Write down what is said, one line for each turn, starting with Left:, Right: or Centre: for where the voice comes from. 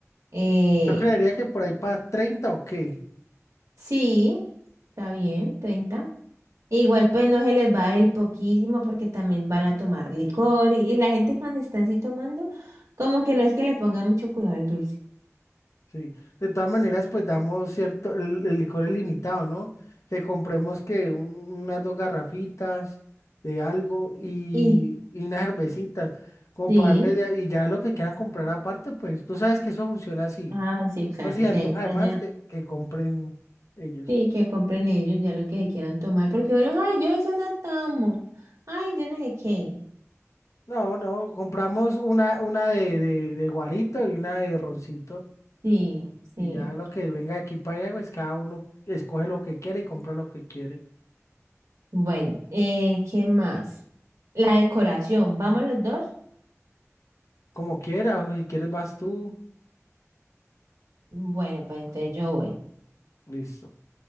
Right: Eh,
Left: Yo creería que por ahí para treinta o qué.
Right: sí, está bien, treinta E Igual pues no se les va a dar el poquísimo porque también van a tomar licor y, y la gente cuando está así tomando, como que no es que le ponga mucho cuidado al dulce.
Left: Sí. De todas maneras, pues damos cierto, el, el licor es limitado, ¿no? Que compremos que un- unas dos garrafitas de algo y,
Right: Y
Left: y unas cervecitas. Comprarle
Right: sí,
Left: de- y ya lo que quieran comprar aparte, pues tú sabes que eso funciona así.
Right: ah, sí, claro,
Left: No se antoja
Right: de ahí para
Left: además
Right: allá.
Left: que, que compren ellos.
Right: Sí, que compren ellos ya lo que se quieran tomar, porque bueno, ay, yo eso no tomo, ay, yo no sé qué.
Left: No, no, compramos una, una de, de de guarito y una de roncito.
Right: Sí, sí.
Left: Y ya lo que venga de aquí para allá, pues cada uno escoge lo que quiere y compra lo que quiere.
Right: Bueno, eh, ¿qué más? La decoración, ¿vamos los dos?
Left: Como quiera, o si quieres vas tú,
Right: Bueno, pues entonces yo voy.
Left: listo.